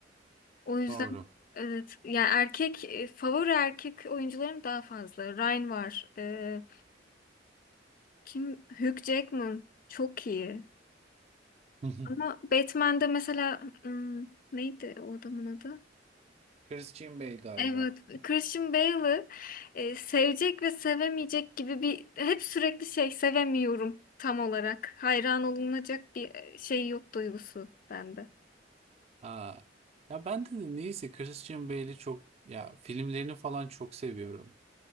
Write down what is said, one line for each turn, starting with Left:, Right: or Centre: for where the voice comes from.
Left: O yüzden
Right: Doğru.
Left: evet yani erkek e, favori erkek oyuncularım daha fazla. Ryan var. E, kim? Hugh Jackman çok iyi.
Right: <laughs>
Left: Ama Batman'de mesela hmm, neydi o adamın adı?
Right: Christian Bale galiba.
Left: Evet, Christian Bale'ı e, sevecek ve sevemeyecek gibi bir hep sürekli şey sevemiyorum tam olarak. Hayran olunacak bir e, şey yok duygusu bende.
Right: Aa, ya ben de neyse Christian Bale'i çok ya filmlerini falan çok seviyorum.